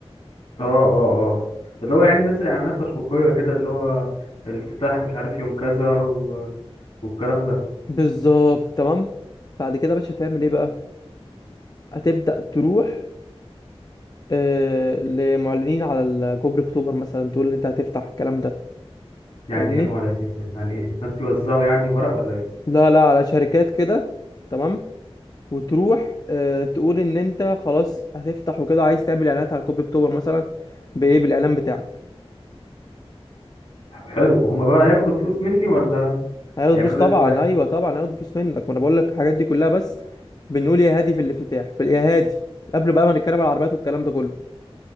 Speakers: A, on the left; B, on the left.
A: اه اه اه اللي هو يعني نزل اعلانات تشويقية كده اللي هو الافتتاح مش عارف يوم كذا و... والكلام ده
B: بالظبط تمام بعد كده يا باشا هتعمل ايه بقى هتبدا تروح آه لمعلنين على ال- جبر اكتوبر مثلا تقول ان انت هتفتح الكلام ده
A: يعني
B: فاهمني
A: ايه معلنين ده يعني ايه ناس بيوزعوا يعني ورق ولا ايه
B: لا لا على شركات كده تمام وتروح آه، تقول ان انت خلاص هتفتح وكده عايز تعمل اعلانات على كوبري اكتوبر مثلا بايه بالاعلان بتاعك
A: طب حلو هما بقى ياخدوا فلوس مني ولا
B: هياخدوا
A: يعملوا
B: فلوس طبعا
A: لله
B: ايوه طبعا هياخدوا فلوس منك ما انا بقول لك الحاجات دي كلها بس بنقول يا هادي في الافتتاح في يا هادي قبل بقى ما نتكلم على العربيات والكلام ده كله